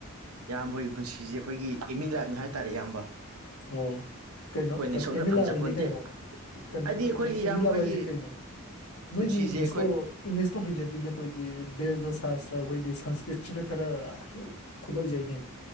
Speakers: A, on the right; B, on the left.
A: ꯏꯌꯥꯝꯕꯒꯤ ꯄꯨꯟꯁꯤꯁꯦ ꯑꯩꯈꯣꯏꯒꯤ ꯑꯦꯝ ꯏꯟ ꯂꯥꯏꯞꯅꯤ ꯍꯥꯏ ꯇꯥꯔꯦ ꯏꯌꯥꯝꯕ
B: ꯑꯣ ꯀꯩꯅꯣ
A: ꯑꯩꯈꯣꯏꯅ ꯁꯣꯝꯅ
B: ꯑꯦꯝ ꯏꯟ
A: ꯐꯪꯖꯄꯣꯟꯇꯦ
B: ꯂꯥꯏ꯭ꯐ ꯍꯥꯏꯗꯤ ꯀꯩꯅꯣ ꯀꯩꯅꯣ
A: ꯍꯥꯏꯗꯤ ꯑꯩꯈꯣꯏꯒꯤ
B: ꯑꯦꯝ
A: ꯏꯌꯥꯝꯕ
B: ꯏꯟ ꯂꯥꯏ꯭ꯐ
A: ꯍꯣꯏꯒꯤ
B: ꯍꯥꯏꯁꯦ ꯀꯩꯅꯣ ꯅꯣꯏꯒꯤ
A: ꯄꯨꯟꯁꯤꯁꯦ
B: ꯏꯪꯂꯤꯁꯇꯣ
A: ꯑꯩꯈꯣꯏ
B: ꯏꯪꯂꯤꯁꯇꯣ ꯍꯩꯖꯗꯦꯅꯦ ꯑꯩꯈꯣꯏꯗꯤ ꯕꯦꯁ ꯁꯥꯁꯇ꯭ꯔ ꯑꯩꯈꯣꯏꯗꯤ ꯁꯪꯁꯀ꯭ꯔꯤꯠꯁꯤꯅ ꯈꯔ ꯍꯦꯛ ꯈꯨꯂꯣꯏꯖꯩꯅꯦ